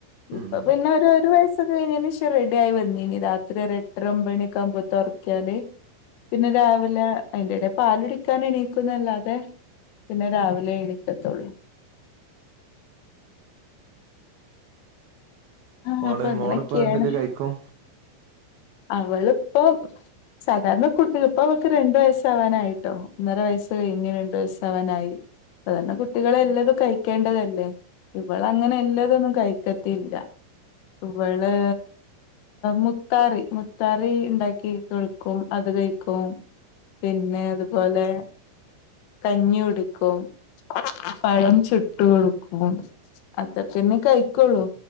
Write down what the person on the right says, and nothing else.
ഉം
ഉം
ആഹ്
ഓള്
മോളിപ്പോ എന്തൊക്കെ കഴിക്കും